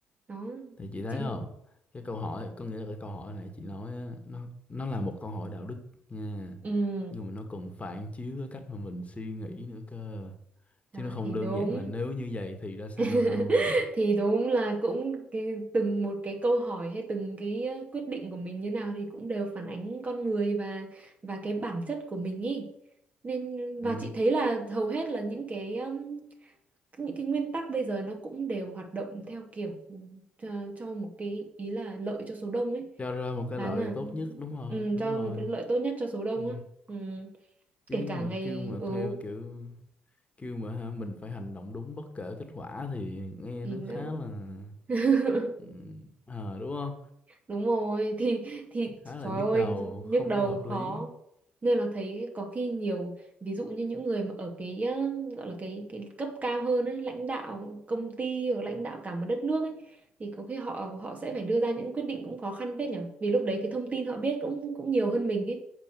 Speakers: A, on the right (about 30°); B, on the left (about 30°).
A: nó
B: thì chị thấy
A: chị
B: không cái câu hỏi có nghĩa là cái câu hỏi này chị nói á, nó nó là một câu hỏi đạo đức nha
A: ừ
B: nhưng mà nó còn phản chiếu cái cách mà mình suy nghĩ nữa cơ
A: đó
B: chứ nó không
A: thì
B: đơn
A: đúng
B: giản là nếu như vậy thì ra sao
A: <laughs>
B: đâu
A: thì đúng là cũng cái, từng một cái câu hỏi hay từng cái ờ, quyết định của mình như nào thì cũng đều phản ánh con người và và cái bản chất của mình ý nên và
B: ừ
A: chị thấy là hầu hết là những cái um, những cái nguyên tắc bây giờ nó cũng đều hoạt động theo kiểu ừ, cho, cho một cái ý là lợi cho số đông ấy
B: cho ra một cái
A: đáng
B: lợi
A: là
B: tốt nhất đúng rồi
A: ừ,
B: đúng
A: cho
B: rồi
A: một cái lợi tốt nhất cho số đông
B: ừ.
A: á ừ.
B: chứ
A: kể cả
B: mà
A: ngày
B: kêu mà
A: ừ
B: theo kiểu kêu mà ha, mình phải hành động đúng bất kể kết quả thì nghe
A: thì
B: nó
A: nó...
B: khá là
A: <laughs>
B: ừ, ờ đúng không
A: đúng rồi thì thì
B: khá là
A: trời
B: nhức
A: ơi
B: đầu
A: nhức
B: không
A: đầu
B: có hợp
A: khó
B: lý
A: nên là thấy có khi nhiều ví dụ như những người mà ở cái ờ, gọi là cái cái cấp cao hơn ấy lãnh đạo công ty hoặc lãnh đạo cả một đất nước ấy thì có khi họ họ sẽ phải đưa ra những quyết định cũng khó khăn phết nhở vì lúc đấy cái thông tin họ biết cũng cũng nhiều hơn mình ấy